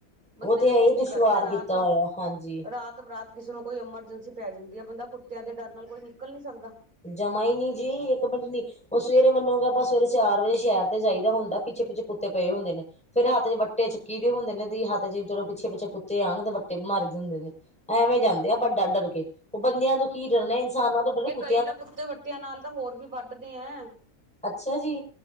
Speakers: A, on the right; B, in the centre.
A: ਬੰਦੇ
B: ੳਹ ਤੇ
A: ਨੇ
B: ਹੈ
A: ਮੁਸ਼ਕਿਲ
B: ਈ। ਦੁਸ਼ਵਾਰ
A: ਕਰ ਰੱਖਿਆ ਰਾਤ
B: ਕੀਤਾ ਹੋਇਆ, ਹਾਂਜੀ।
A: ਰਾਤ ਬਰਾਤ ਕਿਸੇ ਨੂੰ ਕੋਈ ਅਮਰਜੈਂਸੀ ਪੈ ਜਾਦੀ ਏ, ਬੰਦਾ ਕੁੱਤੇਆਂ ਦੇ ਡਰ ਨਾਲ ਕੋਈ ਨਿਕਲ ਨੀ ਸਕਦਾ।
B: ਜਮਾ ਈ ਨੀ ਜੀ, ਇਕ ਮਿੰਟ ਨੀ ੳਹ ਸਵੇਰੇ ਮਨੋਗੇ ਆਪਾਂ ਸਵੇਰੇ ਚਾਰ ਵਜੇ ਸੈ਼ਰ ਤੇ ਜਾਈਦਾ ਹੁੰਦਾ, ਪਿੱਛੇ- ਪਿੱਛੇ ਕੁੱਤੇ ਪਏ ਹੁੰਦੇ ਨੇ। ਫੇਰ ਹੱਥ ਚ ਵੱਟੇ ਚੱਕੀ ਦੇ ਹੁੰਦੇ ਨੇ ਦੀ ਹੱਥ ਚ ਚਲੋ ਪਿੱਛੇ- ਪਿੱਛੇ ਕੁੱਤੇ ਆਨ ਤੇ ਵੱਟੇ ਮਾਰੀ ਦੇ ਹੁੰਦੇ ਨੇ। ਐਵੇਂ ਜਾਦੇ ਆਪਾਂ ਡਰ- ਡਰ ਕੇ ੳਹ ਬੰਦੇਆਂ ਤੋਂ ਕੀ ਡਰਨਾ ਇਨਸਾਨਾਂ ਤੋਂ ਡਰੇ, ਕੁ
A: ਐਂਈ ਕੁੱਤੇ ਵੱਟੇਆਂ ਨਾਲ ਤਾਂ ਹੋਰ ਵੀ ਵੱਢਦੇ ਐਂ।
B: ਅੱਛਾ ਜੀ